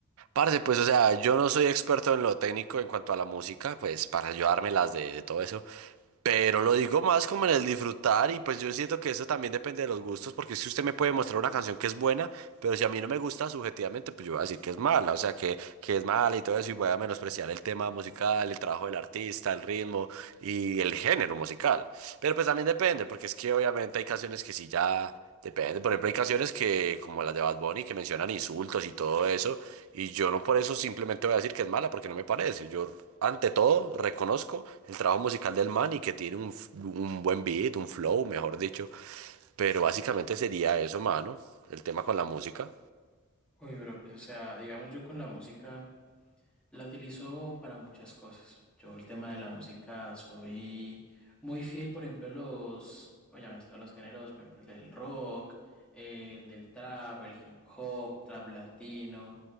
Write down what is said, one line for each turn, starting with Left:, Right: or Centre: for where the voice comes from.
Right: Parce, pues, o sea, yo no soy experto en lo técnico en cuanto a la música, pues, para ayudármelas de, de todo eso. Pero lo digo más como en el disfrutar y pues yo siento que eso también depende de los gustos, porque si usted me puede mostrar una canción que es buena, pero si a mí no me gusta subjetivamente, pues yo voy a decir que es mala, o sea, que, que es mala y todo eso, y voy a menospreciar el tema musical, el trabajo del artista, el ritmo y el género musical. Pero pues también depende, porque es que obviamente hay canciones que sí ya... Depende, por ejemplo, hay canciones que, como las de Bad Bunny, que mencionan insultos y todo eso, y yo no por eso simplemente voy a decir que es mala, porque no me parece. Yo, ante todo, reconozco el trabajo musical del man y que tiene un, f- un buen beat, un flow, mejor dicho, pero básicamente sería eso, mano, el tema con la música.
Centre: Uy, bro, pues o sea, digamos yo con la música. La utilizo para muchas cosas. Yo el tema de la música soy muy fiel, por ejemplo, a los, ¿cómo llaman esto? A los géneros, por ejemplo, el del rock, el del trap, el hip hop, trap latino,